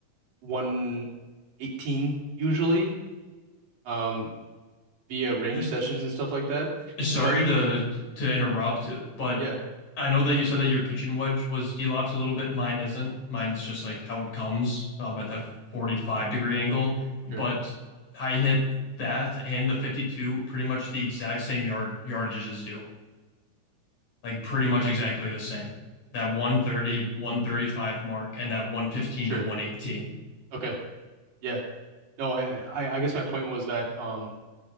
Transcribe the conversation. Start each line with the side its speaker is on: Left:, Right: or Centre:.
Right: 118 usually um via range
Left: Th-
Right: sessions and stuff like that.
Left: Sorry
Right: But
Left: to to interrupt, but
Right: yeah,
Left: I know that you said that your pitching wedge was elapsed a little bit. Mine isn't. Mine's just like how it comes um, at that 45 degree angle. But
Right: sure.
Left: I hit that and the 52 pretty much the exact same yard yardages as you. Like pretty much exactly the same. That one thirty-one thirty-five mark and that 115
Right: Sure.
Left: to 118.
Right: Okay. Yeah. No, I, I I guess my point was that um